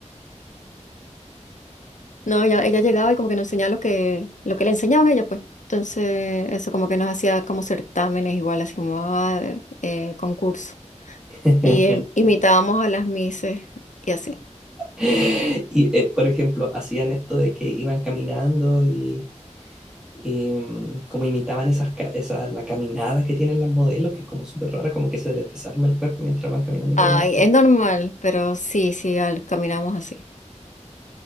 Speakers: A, on the left; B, in the centre.
A: No, ella, ella llegaba y como que nos enseñaba lo que, lo que le enseñaban a ella, pues. Entonces, eso como que nos hacía como certámenes igual, así como ah, eh, concurso.
B: <laughs>
A: Y em, imitábamos a las mises y así.
B: Y, eh, por ejemplo, hacían esto de que iban caminando y, y, mm, como imitaban esas, ca- esa, la caminada que tienen las modelos, que es como súper rara, como que se les desarma el cuerpo mientras van caminando por
A: Ay,
B: delante.
A: es normal, pero sí, sí, al- caminamos así.